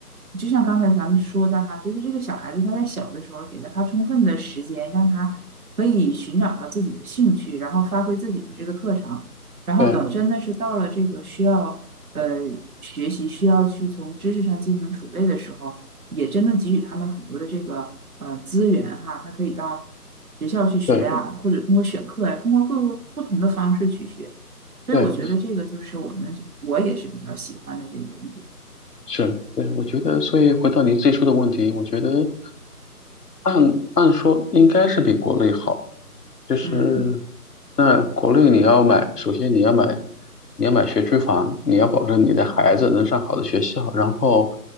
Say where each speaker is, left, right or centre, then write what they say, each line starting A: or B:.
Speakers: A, on the right; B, on the left.
A: 就像刚才咱们说的哈，就是这个小孩子他在小的时候给了他充分的时间，让他可以寻找到自己的兴趣，然后发挥自己的这个特长，然后等嗯真的是到了这个需要呃
B: 对
A: 学习需要去从知识上进行储备的时候。也真的给予他们很多的这个呃资源哈，他可以到学校去学啊，
B: 对
A: 嗯或者通过选课呀、通过各个不同的方式去学。所以我觉嗯得这个就是我们我也是比较喜欢的这个一点。
B: 对，是，对，我觉得，所以回到你最初的问题，我觉得按按说应该是比国内好，就是
A: 嗯，
B: 那国内你要买，首先你要买，你要买学区房，你要保证你的孩子能上好的学校，然后